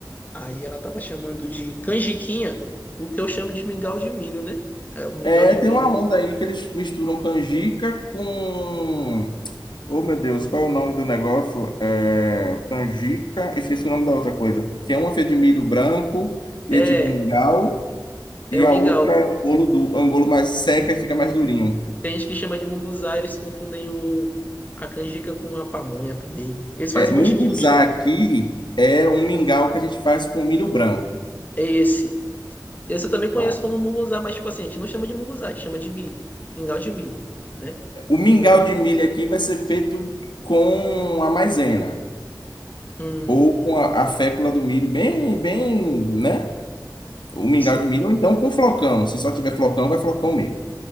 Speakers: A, on the left (about 20°); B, on the left (about 80°).
A: Aí ela tava chamando de canjiquinha, o que eu chamo de mingau de milho, né? É, o mingau
B: É,
A: de
B: tem
A: milho.
B: uma onda aí que eles misturam canjica com... Oh, meu Deus, qual é o nome do negócio? É, canjica, esqueci o nome da outra coisa. Que é uma feita de milho branco e
A: É,
B: é tipo um mingau,
A: é
B: e
A: o
B: a
A: mingau.
B: outra é um bolo, do, é um bolo mais seca e fica mais durinho.
A: Tem gente que chama de munguzá, eles confundem o, a canjica com a pamonha também. Eles fazem
B: É, munguzá
A: um monte de mistura.
B: aqui é um mingau que a gente faz com milho branco.
A: É esse. Esse eu também conheço
B: tá?
A: como munguzá, mas tipo assim, a gente não chama de munguzá, a gente chama de milho. Mingau de milho, né?
B: O mingau
A: Mingau de milho.
B: de milho aqui vai ser feito com a maisena
A: Hum,
B: ou com a, a fécula do milho, bem, bem, né? O mingau
A: sim.
B: de milho, ou então com flocão. Se só tiver flocão, vai flocão mesmo.